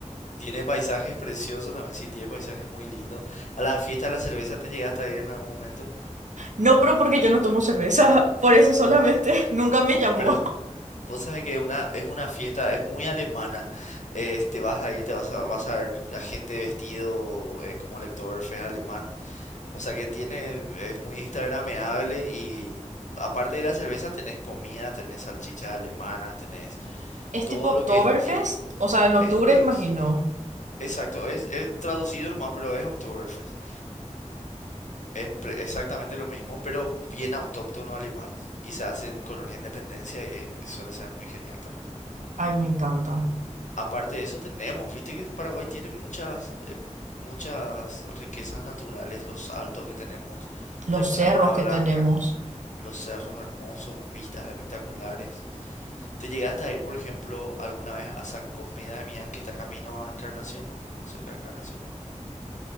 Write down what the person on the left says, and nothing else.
Tiene paisajes preciosos también, sí, tiene paisajes muy lindos. A la fiesta de la cerveza te llegaste a ir en algún momento,
¿no?
Pero vos sabés que una, es una fiesta, es muy alemana. Eh, te vas a ir, te vas a, vas a ver a gente vestido eh, como lector feo alemán. O sea que tiene, es muy instagrameable y aparte de la cerveza tenés comidas, tenés salchichas alemanas, tenés
todo
lo que es típico.
Es, es,
exacto, es, es traducido nomás, pero es Oktoberfest. Es pre- exactamente lo mismo, pero bien autóctono alemán. Y se hace en Colonia Independencia y eh, suele ser muy genial también.
Aparte de eso tenemos, viste que Paraguay tiene muchas, eh, muchas riquezas naturales, los saltos que tenemos,
tenemos
la una
Blanca,
los cerros hermosos con vistas espectaculares. ¿Te llegaste a ir, por ejemplo, alguna vez a San Cosme y Damián, que está camino a Encarnación, más o menos, cerca de Encarnación?